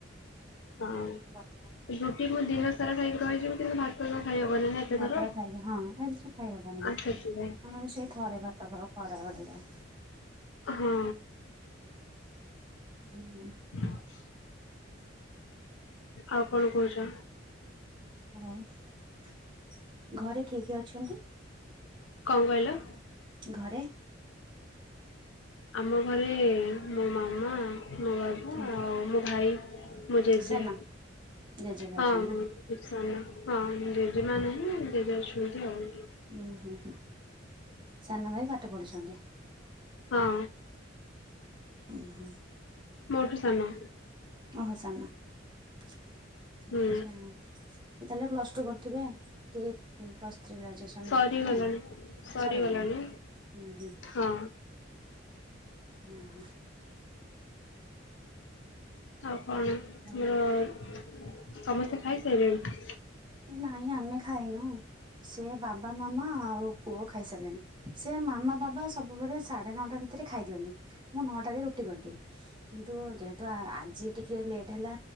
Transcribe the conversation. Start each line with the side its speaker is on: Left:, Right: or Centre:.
Left: ହଁ।
Right: <unintelligible> ବଟର
Left: ରୁଟି ମୁଁ ଦିନ ସାରା ଖାଇକି ରହିଯିବି। କିନ୍ତୁ ଭାତ ତ ଖାଇହବନି ନା। ଏତେ
Right: ଭାତଟା
Left: ଥର।
Right: ଖାଇକି ହଁ ଏ ଦିଥର ଖାଇ ହବନି।
Left: ଆ
Right: ଆମର
Left: ସେଥିପାଇଁ
Right: ସେଇ ଥରେ ଭାତ ଖାଉ ଖରାବେଳେ ଯାହା।
Left: ହୁଁ।
Right: ହୁଁ।
Left: <inaudible> ଆଉ କଣ କୋହୁଚ?
Right: ଆଉ ଘରେ କିଏ କିଏ ଅଛନ୍ତି?
Left: କଣ କହିଲ?
Right: ଘରେ
Left: ଆମ ଘରେ ମୋ ମାମା ମୋ ବା ବା
Right: ହୁଁ
Left: ଆଉ ମୋ ଭାଇ ମୋ ଜେଜେ।
Right: ସାନ ଜେଜେବି
Left: ହଁ
Right: ଅଛନ୍ତି ନା?
Left: ମୁଁ ସାନ ହଁ ଜେଜେମା ନାହିଁ ଜେଜେ ଅଛନ୍ତି ଆଉ।
Right: ଉଁ ହୁଁ ହୁଁ ସାନ ଭାଇ ପାଠ ପଢୁଚନ୍ତି?
Left: ହଁ।
Right: ଉଁ ହୁଁ।
Left: ମୋଠୁ ସାନ।
Right: ଓହୋ ସାନ ଆଚ୍ଛା
Left: ହୁଁ
Right: ସିଏ ତାହେଲେ ପ୍ଲସ ଟୁ କରୁଥିବେ। କି ପ୍ଲସ୍ ଥ୍ରୀ ଗ୍ରାଜୁଏସନ୍
Left: ସରିଗଲାଣି
Right: କରୁଥିବେ ଆଉ
Left: ସରିଗଲାଣି
Right: ସରିଗଲାଇଁ। ଉଁ ହୁଁ
Left: ହଁ
Right: ଆଁ ହଁ।
Left: ଆଉ କଣ ମୋର <unintelligible>
Right: ହଉ
Left: ସମସ୍ତେ ଖାଇସାଇଲେଣି?
Right: ନାଇଁ, ଆମେ ଖାଇନୁ! ସେ ବାବା ମାମା ଆଉ ପୁଅ ଖାଇସାରିଲେଣି। ସେ ମାମା ବାବା ସବୁବେଳେ ସାଢେ ନଅଟା ଭିତରେ ଖାଇ ଦିଅନ୍ତି, ମୁଁ ନଅଟାରେ ରୁଟି କରିଦିଏ। କିନ୍ତୁ, ଯେହେତୁ ଆଜି ଟିକେ ଲେଟ୍ ହେଲା।